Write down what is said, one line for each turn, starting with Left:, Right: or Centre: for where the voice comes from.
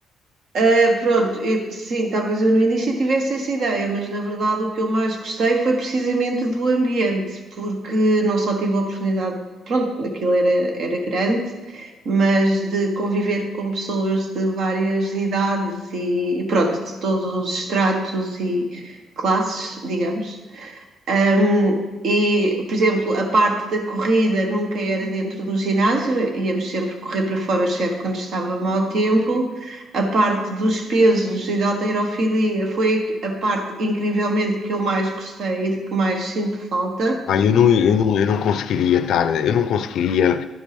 Right: Ah, pronto, eu- sim, talvez eu no início tivesse essa ideia, mas na verdade o que eu mais gostei foi precisamente do ambiente, porque não só tive a oportunidade, pronto, aquilo era, era grande, mas de conviver com pessoas de várias idades e, e pronto, de todos os estratos e classes, digamos. Um, e, por exemplo, a parte da corrida nunca era dentro do ginásio, íamos sempre correr para fora, exceto quando estava mau tempo. A parte dos pesos e da halterofilia foi a parte, incrivelmente, que eu mais gostei e de que mais sinto falta.
Left: Ah, eu não, eu não, eu não conseguiria estar, eu não conseguiria